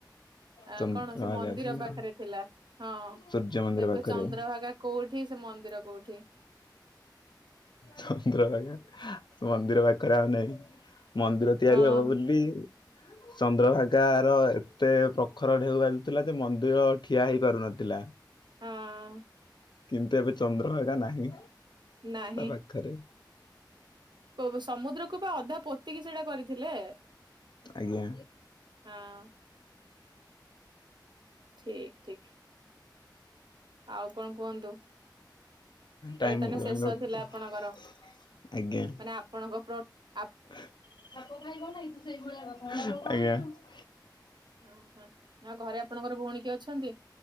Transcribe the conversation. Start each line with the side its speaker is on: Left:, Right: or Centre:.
Right: ଆ
Left: ଚନ୍ଦ୍ରଭାଗା
Right: କଣ ସେ ମନ୍ଦିର
Left: ଥିଲା।
Right: ପାଖରେ ଥିଲା ହଁ
Left: ସୂର୍ଯ୍ୟ ମନ୍ଦିର
Right: ଏବେ
Left: ପାଖରେ
Right: ଚନ୍ଦ୍ରଭାଗା କୋଉଠି ସେ ମନ୍ଦିର କୋଉଠି?
Left: ଚନ୍ଦ୍ରଭାଗା ମନ୍ଦିର ପାଖରେ ଆଉ ନାଇଁ। ମନ୍ଦିର ତିଆରି
Right: ହଁ
Left: ହବ ବୋଲି ଚନ୍ଦ୍ରଭାଗାର ଏତେ ପ୍ରଖର ଢେଉ ବାଜୁଥିଲା ଯେ ମନ୍ଦିର ଠିଆ ହେଇ ପାରୁନଥିଲା।
Right: ହଁ ଅଁ
Left: କିନ୍ତୁ ଏବେ ଚନ୍ଦ୍ରଭାଗା ନାହିଁ
Right: ନାହିଁ
Left: ତା ପାଖରେ।
Right: ପ- ସମୁଦ୍ରକୁ ବା ଅଧା ପୋତିକି ସେଇଟା କରିଥିଲେ?
Left: ଆଜ୍ଞା।
Right: ହଁ। ଠିକ ଠିକ। ଆଉ କଣ କୁହନ୍ତୁ
Left: ଟାଇମ
Right: ଏଇଟା ତାନେ
Left: ହେଇଗଲାଣି
Right: ଶେଷ
Left: ରଖୁଛି।
Right: ଥିଲା ଆପଣଙ୍କର
Left: ଆଜ୍ଞା।
Right: ମାନେ ଆପଣଙ୍କ ପ୍ରଟ
Left: ଆଜ୍ଞା।
Right: ଓହୋ ଆ ଘରେ ଆପଣଙ୍କର ଭଉଣୀ କି ଅଛନ୍ତି